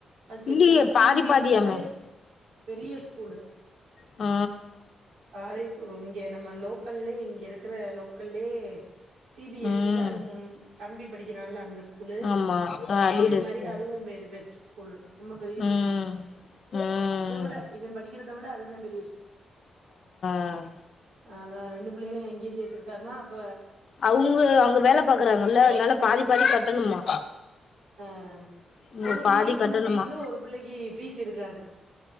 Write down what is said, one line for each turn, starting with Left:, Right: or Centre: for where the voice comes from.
Right: அது
Left: இல்லயே
Right: செல்லப்பன்
Left: பாதி
Right: வந்து
Left: பாதியா
Right: இருக்கறதுலே
Left: மே
Right: பெரிய ஸ்கூலு
Left: ஆ
Right: காரைகு இங்க நம்ம லோக்கல்லே இங்க இருகிற லோக்கல்லே சி பி எஸ்
Left: ம்
Right: சி ல அது உ தம்பி படிக்கிறான்ல அந்த ஸ்கூ கூலு
Left: ஆமா ஆ லீடர்ஸ்
Right: அதே மாரி அதுவு பெரு பெஸ்ட்டு ஸ்கூலு ரொம்ப பெரிய
Left: ம்
Right: ஸ்கூலு
Left: ம்
Right: இத விட இவ படிகிறத விட அதுதா பெரிய ஸ்கூல்
Left: அ
Right: அதா ரெண்டுபுள்ளைளயு அங்கயே சேத்திருக்கார்னா ப
Left: அவங்க அங்க வேல பாக்குறாங்கல்ல அதனால பாதி பாதி கட்டணுமா
Right: அ
Left: இவுங்க
Right: ஒரு புள்ளைக்கு
Left: பாதி
Right: ஃபுல்
Left: கட்டணுமா
Right: பீசு ஒரு புள்ளைகு ஃபீஸ் இருகாது